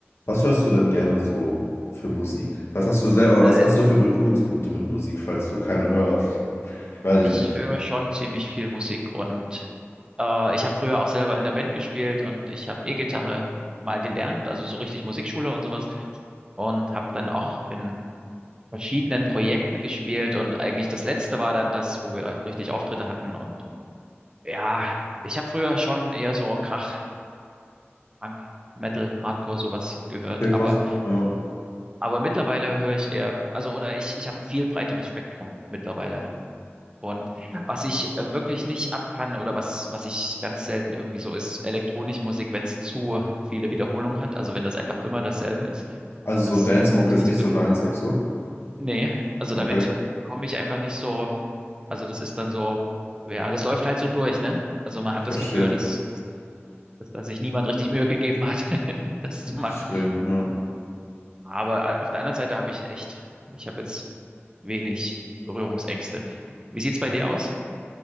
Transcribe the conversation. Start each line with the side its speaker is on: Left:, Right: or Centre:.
Left: Was hörst du denn gerne so für Musik? Was hast du selber oder
Right: Weil
Left: was hast du für Berührungspunkte mit Musik, falls du keine hörst? Weiß
Right: ich
Left: ich nicht.
Right: höre schon ziemlich viel Musik und äh, ich habe früher auch selber in der Band gespielt und ich habe E-Gitarre mal gelernt, also so richtig Musikschule und sowas und habe dann auch in verschiedenen Projekten gespielt und eigentlich das letzte war dann das, wo wir richtig Auftritte hatten und ja, ich habe früher schon eher so Krach, Punk, Metal, Hardcore sowas gehört,
Left: Okay,
Right: aber
Left: krass. Ja.
Right: aber mittlerweile höre ich eher, also oder ich ich habe ein viel breiteres Spektrum mittlerweile Und was ich äh, wirklich nicht ab kann oder was, was ich ganz selten irgendwie so ist, elektronische Musik, wenn es zu viele Wiederholungen hat, also wenn das einfach immer dasselbe ist,
Left: Also so
Right: das,
Left: Dance-Mucke
Right: da komme ich
Left: ist
Right: nicht
Left: nicht
Right: klar.
Left: so deins, sagst du?
Right: Nee, also
Left: Okay,
Right: damit komme ich einfach nicht so, also das ist dann so, ja, das läuft halt so durch, ne? Also man hat
Left: ich verstehe.
Right: das Gefühl, dass, dass da sich niemand richtig Mühe gegeben hat, <laughs> das
Left: Ich
Right: zu machen.
Left: verstehe. Ja.
Right: Aber a- auf der anderen Seite habe ich echt, ich habe jetzt wenig Berührungsängste. Wie sieht's bei dir aus?